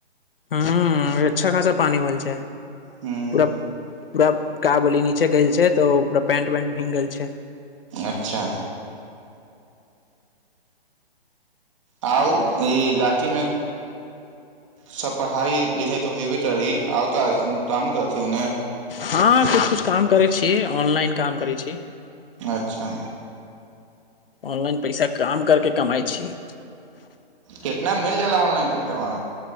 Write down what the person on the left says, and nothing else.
हं अच्छा खासा पानि होल छै
पूरा पूरा का बोली नीचे गेल छै तो पूरा पेंट वेंट भींग गेल छै
हँ कुछ कुछ काम करै छीयै ऑनलाइन काम करै छीयै
ऑनलाइन पैसा काम करके कमाइ छी